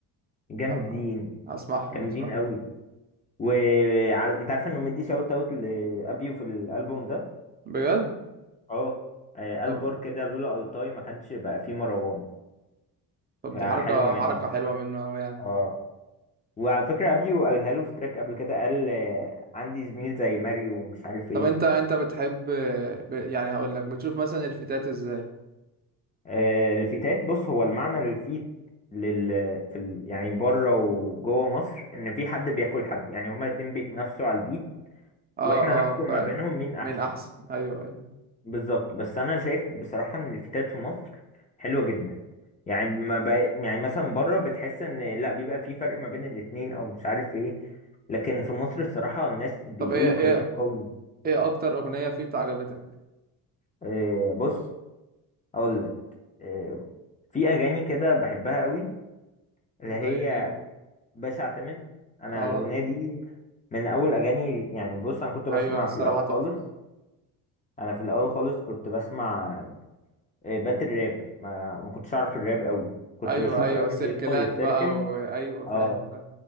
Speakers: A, on the left; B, on the right.
A: جامدين
B: هبقى هسمعهم
A: جامدين
B: هسمعهم
A: قوي وانت عارف انه مدي شاوت اوت لابيو في الالبوم ده
B: بجد
A: اه آه، قال
B: طب
A: بار كده لولا التاي ما كانش بقى فيه مروان
B: طب
A: فحلوه
B: دي حركة
A: منه
B: حركة
A: الصراحه
B: حلوة منه أوي يعني
A: اه وعلى فكره ابيو قالها له في تراك قبل كده قال آه، عندي زميل زي ماريو ومش عارف ايه
B: طب انت انت بتحب ب... يعني هقول لك بتشوف مثلا الفتات ازاي
A: آه، الفتات بص هو المعنى للفيت لل في ال... يعني بره وجوه مصر ان في حد بياكل حد يعني هما الاتنين بيتنافسوا على البيت
B: اه
A: واحنا نحكم
B: اه فاهم
A: ما بينهم مين احسن
B: مين احسن ايوه ايوه
A: بالظبط بس انا شايف بصراحة ان الفتات في مصر حلوة جدا يعني ما بقى... يعني مثلا بره بتحس ان لا بيبقى في فرق ما بين الاتنين او مش عارف ايه لكن في مصر الصراحة الناس بيقولوا
B: طب ايه ايه
A: كلام قوي
B: ايه اكتر اغنية فيت عجبتك
A: آه، بص اقول لك آه، في اغاني كده بحبها قوي اللي هي
B: زي ايه
A: باش اعتمد انا
B: اه
A: الاغنيه دي من اول اغاني يعني بص انا كنت بسمع
B: ايوه الصراحة
A: في الاول
B: تحفة
A: خالص انا في الاول خالص كنت بسمع آه، باتل راب ما, ما كنتش اعرف الراب قوي كنت
B: ايوه
A: بشوف
B: ايوه
A: ابيو
B: سيركلات
A: بيدخل السيركل
B: بقى وايوه فاهم
A: اه
B: فاهم